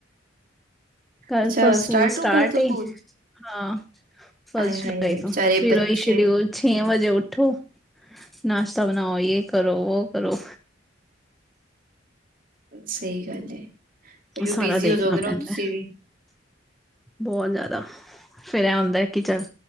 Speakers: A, in the centre; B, on the right (about 45°).
A: ਕੱਲ
B: ਅੱਛਾ
A: ਤੋਂ ਸਕੂਲ ਸਟਾਰਟ
B: ਹੁਣ ਕੱਲ ਤੋਂ ਸਕੂਲ
A: ਏ। ਹਾਂ ਫਸ
B: ਆਏ ਹਾਏ
A: ਫਿਰਈ ਤੋ
B: ਵਿਚਾਰੇ
A: ਮੇਰਾ
B: ਬੱਚੇ
A: ਵੀ ਸ਼ੇਡਊਲ ਛੇ ਵਜੇ ਉੱਠੋ ਨਾਸ਼ਤਾ ਬਣਾਓ ਯ ਕਰੋ ਉਹ ਕਰੋ!
B: ਸਹੀ ਗੱਲ ਏ ਆਯੀ ਉਹ
A: ਸਾਰਾ
B: ਬਿਜ਼ੀ
A: ਦੇਖਣਾ
B: ਹੋ ਜਾਓਗੇ ਨਾ
A: ਪੈਂਦਾ
B: ਹੁਣ ਤੁਸੀਂ ਵੀ?
A: ਬਹੁਤ ਜ਼ਿਆਦਾ ਫੇਿਰ ਇਹ ਹੁੰਦਾ ਕਿ ਚੱਲ